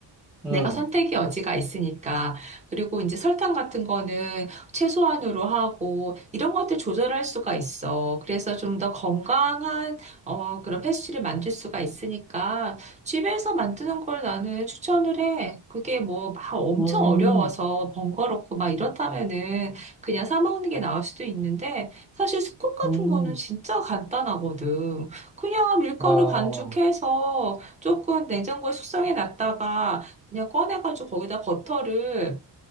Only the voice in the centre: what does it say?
음,
음,
음,
와,